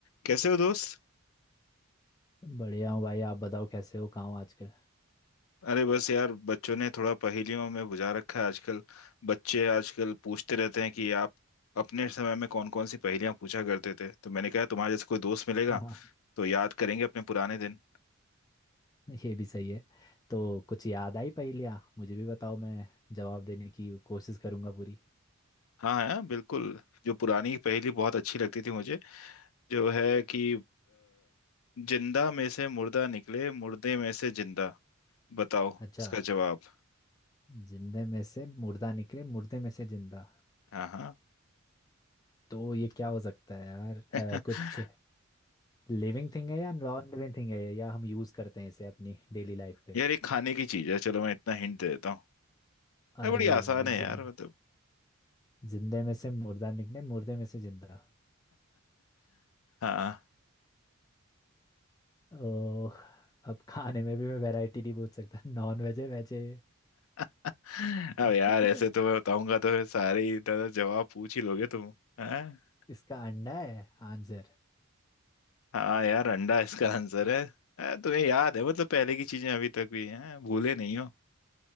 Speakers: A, on the left (about 80°); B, on the left (about 20°).
A: कैसे हो दोस्त
B: बढ़िया हूँ भाई आप बताओ कैसे हो कहाँ हो आजकल
A: अरे बस यार बच्चों ने थोड़ा पहेलियों में बुझा रखा है आजकल बच्चे आजकल पूछते रहते हैं कि आप अपने समय में कौन कौन सी पहेलियां पूछा करते थे तो मैंने कहा तुम्हारे जैसे कोई दोस्त मिलेगा
B: <laughs> हाँ
A: तो याद करेंगे अपने पुराने दिन
B: ये भी सही है तो कुछ याद आई पहेलियाँ मुझे भी बताओ मैं जवाब देने की कोशिश करूंगा पूरी
A: हाँ हाँ बिल्कुल जो पुरानी पहेली बहुत अच्छी लगती थी मुझे जो है कि अ, जिंदा में से मुर्दा निकले मुर्दे में से जिंदा बताओ
B: अच्छा
A: इसका जवाब
B: जिंदे में से मुर्दा निकले मुर्दे में से जिंदा
A: हाँ हाँ
B: तो ये क्या हो सकता है यार
A: <laughs>
B: अ, कुछ लिविंग थिंग है या नॉन लिविंग थिंग है या हम यूज़ करते हैं इसे अपनी डेली लाइफ पे
A: यार ये खाने की चीज है चलो मैं इतना हिंट दे देता हूँ अरे
B: अरे
A: बड़ी आसान
B: यार
A: है यार
B: जिन
A: मतलब
B: जिंदे में से मुर्दा निकले मुर्दे में से जिंदा
A: हाँ
B: ओह अब खाने में भी मैं वैरायटी नहीं पूछ सकता <laughs> नॉन वेज है वेज है
A: अब
B: <laughs>
A: यार ऐसे तो मैं बताऊंगा तो फिर सारे ही दादा जवाब पूछ ही लोगे तुम हैं
B: इसका अंडा है आंसर
A: हाँ यार अंडा इसका आंसर है हाँ, तुम्हें याद है मतलब पहले की चीजें अभी तक भी हैं भूले नहीं हो